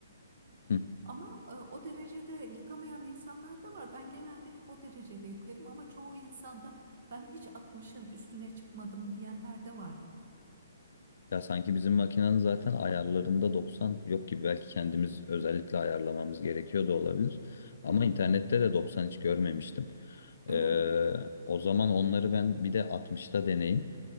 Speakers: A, on the left; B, on the right.
A: Hı.
B: Ama e, o derecede yıkamayan insanlar da var. Ben genelde hep o derecede yıkıyorum ama çoğu insanda ben hiç 60'ın üstüne çıkmadım diyenler de var.
A: Ya sanki bizim makinenin zaten ayarlarında 90 yok gibi. Belki kendimiz özellikle ayarlamamız gerekiyor da olabilir. Ama
B: Hmm,
A: internette de 90 hiç görmemiştim. Ee,
B: öyle mi?
A: o zaman onları ben bir de 60'ta deneyim.